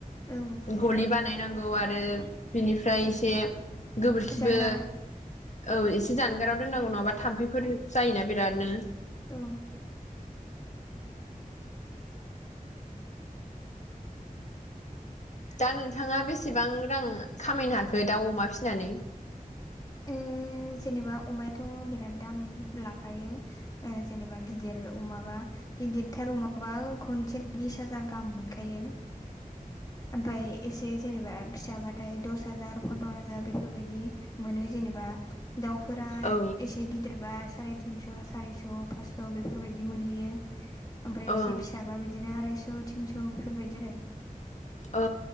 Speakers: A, on the left (about 25°); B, on the left (about 55°).
A: औ
B: गलि बान नाय नांगौ आरो बिनिफ्राय एसे गोबोरखिबो
A: जानगार औ
B: औ एसे जानगाराव दोननांगौ नङाबा थाम्फैफोर जायोना बिरादनो।
A: औ।
B: दा नोंथाङा बेसेबां रां खामायनो हाखो दाउ अमा फिनानै?
A: ओम जेनेबा अमायाथ' बिराद दाम लाखायो ओ जेनेबा गिदिर अमाबा गिदिरथार अमाबा खनसे बिस हाजार गाहाम मोनखायो ओमफफ्राय एसे जेनेबा फिसाबाथाय दस हाजार फन्द्र' हाजार बेफोरबायदि मोनो जेनेबा दाउफोरा
B: औ
A: एसे गिदिरबा साराय थिनस' सारिस' फासस' बेफोरबायदि मोनहैयो ओमफ्राय
B: औ
A: एसे फिसाबा बिदि बिदिनो आरायस' थिनस' बेफोरबायदि आरो
B: ओ